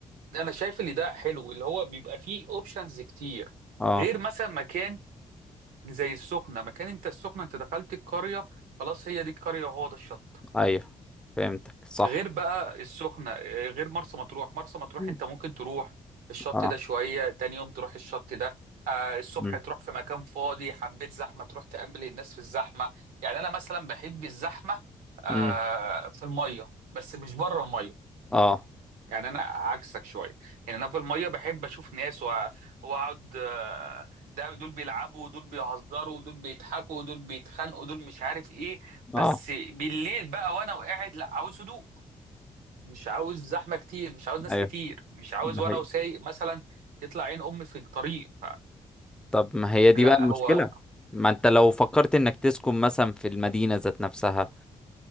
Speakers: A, on the right (about 80°); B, in the centre.
A: انا شايف اللي ده حلو اللي هو بيبقى فيه اوبشنز كتير
B: اه
A: غير مثلا مكان زي السخنه مكان انت السخنه انت دخلت القريه خلاص هي دي القريه وهو ده الشط
B: ايوه فهمتك صح
A: غير بقى السخنة آه، غير مرسى مطروح مرسى مطروح
B: مم.
A: انت ممكن تروح الشط
B: اه
A: ده شوية تاني يوم تروح الشط ده آه، الصبح
B: امم
A: تروح في مكان فاضي حبيت زحمة تروح تقابل الناس في الزحمة يعني انا مثلا بحب الزحمة آه،
B: امم
A: في المية بس مش بره المية
B: اه
A: يعني انا عكسك شوية يعني انا في المية بحب اشوف ناس وأ- واقعد آه، ده دول بيلعبوا ودول بيهزروا ودول بيضحكوا ودول بيتخانقوا ودول مش عارف ايه
B: اه
A: بس بالليل بقى وانا وقاعد لا عاوز هدوء مش عاوز زحمه كتير مش عاوز ناس
B: ايوه
A: كتير مش عاوز
B: ده
A: وانا
B: حقيقي
A: وسايق مثلا يطلع عين امي في الطريق ف-
B: طب ما هي دي
A: لا
B: بقى المشكلة
A: هو
B: ما انت لو فكرت انك تسكن مثلا في المدينة ذات نفسها